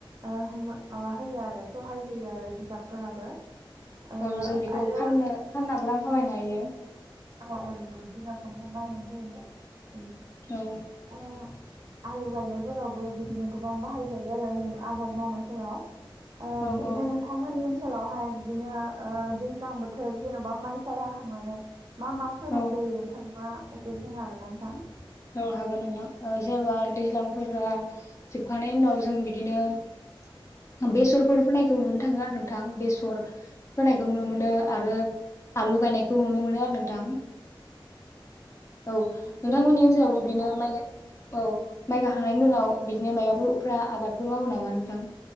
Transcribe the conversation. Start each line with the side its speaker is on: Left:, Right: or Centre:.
Right: ओ मो माबा होयो आरो सहाय होयो आरो जिगाबफोराबो ओ
Left: औ जों बेखौ
Right: आरो
Left: फाननो फाननबो रां खामायनो हायो
Right: <unintelligible>
Left: औ
Right: ओ आलु गायनायफोरावबो बिदिनो गोबां बाहाय जायो आरो नै आबाद मावनायफोराव ओ
Left: औ
Right: बिदिनो
Left: औ
Right: नोंथांमोननि ओनसोलावहाय बिदिनो ओ दैज्लां बोथोर जेन'बा माइ साइ हाखांनानै मा मा फोनाय
Left: औ
Right: जायो नोंथांङा एसे बुंनो हागोन ना नोंथां?
Left: औ हागोन नोंथां ओ जेबा दैज्लांफोरा जोबखांनायनि उनाव जों बिदिनो बेसरफोर फोनायखौ नुनो थाङो आरो नोंथां बेसर हर होनायखौ नुनो मोन नुनो मोनो आरो आलु गायनायखौ नुनो मोनो आरो नोंथां औ नोंथांमोननि
Right: बे बेसरा
Left: ओनस याव बिब्दिनो
Right: ओ
Left: माइ गाय औ माइ गाखांनायनि
Right: औ
Left: उनाव बिदिनो मायब ओ उफ्रा आबादफोर मावो नामा नोंथां